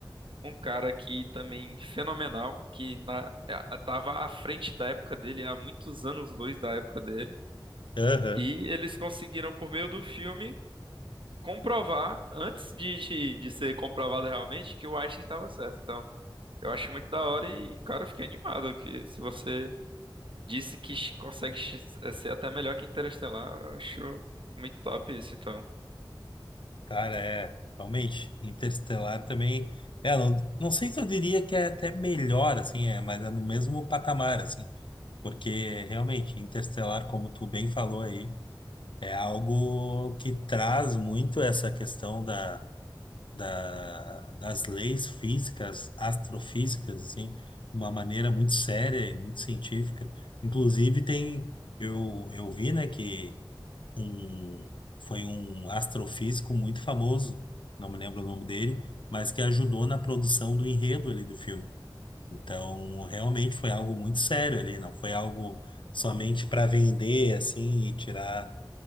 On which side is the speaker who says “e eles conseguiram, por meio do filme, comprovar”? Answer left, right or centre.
Right